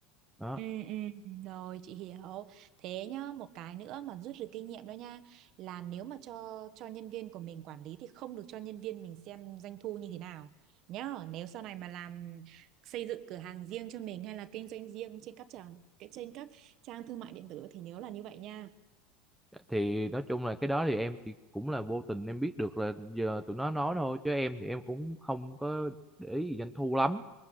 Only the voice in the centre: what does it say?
đó
thì nói chung là cái đó thì em chỉ cũng là vô tình em biết được là giờ tụi nó nói thôi chứ em thì em cũng không có để ý gì doanh thu lắm